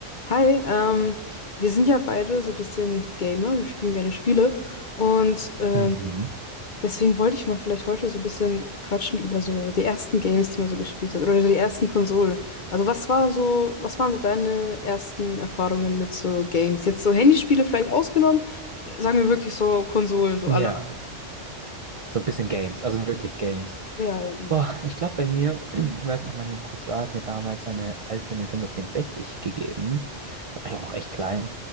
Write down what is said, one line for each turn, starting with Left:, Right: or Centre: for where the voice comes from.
Left: Hi, ähm, wir sind ja beide so ein bisschen Gamer, wir spielen gerne Spiele und ähm,
Right: Mhm.
Left: deswegen wollte ich mal vielleicht heute so ein bisschen quatschen über so die ersten Games, die man so gespielt hat oder so die ersten Konsolen. Also was war so, was waren so deine ersten Erfahrungen mit so Games? Jetzt so Handyspiele vielleicht ausgenommen, sagen wir wirklich so Konsolen, so
Right: Ja,
Left: alle.
Right: so ein bisschen Games, also wirklich Games.
Left: Ja, ja, genau.
Right: Boah, ich glaube bei mir, <clears throat> ich weiß noch, mein Cousin hat mir damals seine alte Nintendo 64 gegeben. Da war ich auch noch echt klein.